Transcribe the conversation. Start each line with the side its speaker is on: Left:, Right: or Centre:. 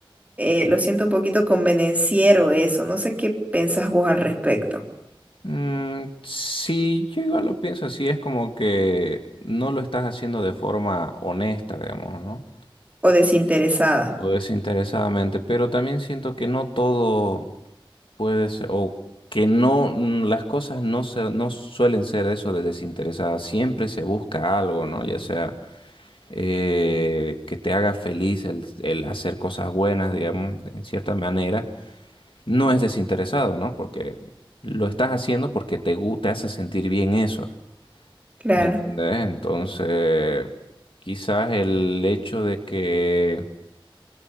Right: eh, lo siento un poquito convenenciero eso, no sé qué pensás vos al respecto,
Left: Mm, sí, yo igual lo pienso así, es como que no lo estás haciendo de forma honesta, digamos, ¿no?
Right: o desinteresada.
Left: O desinteresadamente, pero también siento que no todo. Puede ser, o que no, mm, las cosas no, se, no suelen ser eso de desinteresadas, siempre se busca algo, ¿no? Ya sea eh, que te haga feliz el, el hacer cosas buenas, digamos, en cierta manera, no es desinteresado, ¿no? Porque lo estás haciendo porque te, gu- te hace sentir bien eso,
Right: Claro,
Left: ¿me entendés? Entonces, quizás el hecho de que